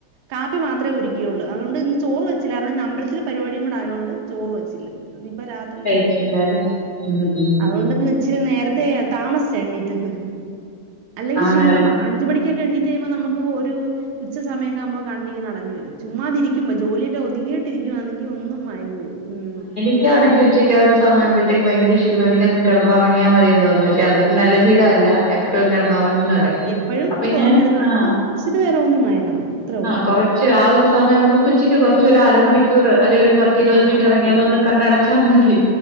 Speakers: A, on the right; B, on the left.
A: കാപ്പി മാത്രേ ഒരുക്കിയൊള്ള് അഓണ്ട് ഇന്ന് ചോറ് വെച്ചില്ല കാരണം ഇന്ന് അമ്പലത്തില് പരിപാടികൂടെ ആയാേണ്ട് ചോറ് വെച്ചില്ല ഇനിപ്പാ രാത്രി
B: കഴിക്കണ്ടാലേ ഉം ഉം
A: അഓണ്ട്ന്ന് ഇച്ചിരി നേരത്തെ താമസിച്ച എണ്ണീറ്റത് അല്ലെങ്കി
B: ആണല്ലേ
A: ക്ഷീണവാ അഞ്ച് മണിക്കൊക്കെ എണ്ണീറ്റ് കഴിയുമ്പോ നമുക്ക് ഒരു ഉച്ച സമയൊക്കെ ആവുമ്പോ കണ്ണിങ്ങനെ അടഞ്ഞ് വരും ചുമ്മാതിരിക്കുമ്പോ ജോലീല് ഒതിങ്ങീയിട്ടിരിക്കുവാന്നെ യൊഒന്നു മഴങ്ങി ഉം
B: എനിക്കാണെങ്കിൽ ഉച്ചയ്ക്ക് ആ ഒരു സമയം ആവുമ്പഴ്ത്തേക്ക് ഭയങ്കര ക്ഷീണം എനികൊന്ന്കെടന്ന് ഒർങ്ങിയാ മതീന്ന് തോന്നും പക്ഷേ അതൊരു നല്ല ശീല അല്ല എപ് എപ്പ്ളും കെടന്നു ഒറങ്ങുന്നതെ
A: ആഹ് എപ്പഴും
B: അപ്പൊ ഞാൻ
A: ഒറങ്ങരുത്. നമുക്ക്
B: ആഹ്
A: ഇച്ചിരി നേരം ഒന്ന് മയങ്ങണം. അത്രേ ഉള്ളൂ.
B: ആഹ് കൊറേ ച്ച് ആ ഒരു സമയാവുമ്പോ നമുക്ക് ഉച്ചക്ക് കൊറച്ചൊരു അരമണിക്കൂ
A: ഉം.
B: ക്കൂറ് അല്ലെ ഒരു പത്തിരുപത്
A: ആഹ്
B: മിനിറ്റ്
A: അത്രേം
B: ഒറങ്ങിയാലൊന്ന്
A: മതി. ഉം.
B: കണ്ണടച്ചാ മതി